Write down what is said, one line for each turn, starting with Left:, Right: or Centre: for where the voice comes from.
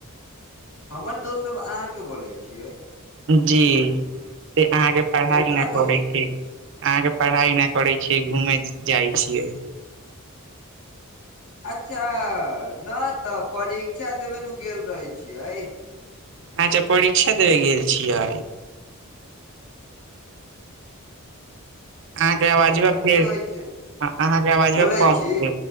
Left: हमर दोस्त सब अहाँ के बोलै छियै?
Right: जी! से अहाँके पढ़ाइ
Left: तऽ ओकरा
Right: नहि
Left: कैसे
Right: पबैत छै। अहाँके पढ़ाई नहि करे छीयै, घूमे जाय छीयै।
Left: अच्छा! न तऽ, परीक्षा देबे गेल रहै छियै।
Right: अच्छा! परीक्षा देबे गेल छियै? अहाँके आवाज
Left: ओहिमे
Right: फेर
Left: की होइ छै
Right: हँ, अहाँके आवाजमे
Left: बोलै
Right: कम
Left: छी